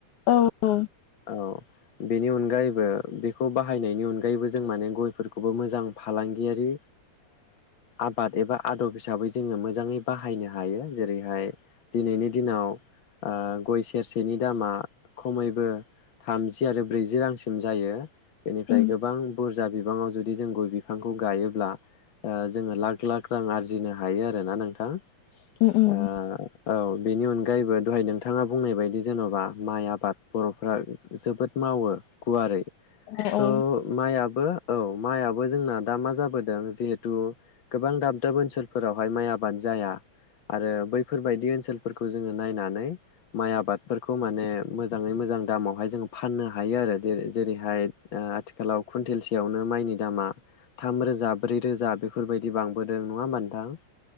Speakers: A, on the left; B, on the left.
A: औ औ
B: औ बेनि अनगायैबो बेखौ बाहायनायनि अनगायैबो जों माने गयफोरखौबो मोजां फालांगियारि आबाद एबा आदब हिसाबै जोङो मोजाङै बाहायनो हायो जेरैहाय दिनैनि दिनाव गय सेरसेनि दामा खमैबो थामजि आरो ब्रैजि रांसिम जायो। बेनिफ्राय
A: उम
B: गोबां बुरजा बिबाङाव जुदि जदि जों गय बिफांखौ गायोब्ला जोङो लाख लाख रां आर्जिनो हायो आरोना नोंथां?
A: उम उम
B: ओ औ बेनि अनगायैबोद दहाय नोंथाङा बुंनाय बायदि जेन'बा माइ आबाद बर'फोरा जोबोद मावो गुवारै
A: औ
B: थ
A: औ
B: माइयाबो औ माइआबो जोंना दा मा जाबोदों जिहेथु गोबां दाब दाब ओनसोलफोरावहाय माइ आबाद जाया आरो बैफोरबायदि ओनसोलफोरखौ जोङो नायनानै माइ आबादफोरखौ माने मोजाङै मोजां दामावहाय जोङो फाननो हायो आरो जेर जेरैहाय ओ आथिखालाव कुन्टेलसेयावनो माइनि दामा थाम रोजा ब्रै रोजा बेफोरबायदि बांबोदों नङा ओमबा नोंथां।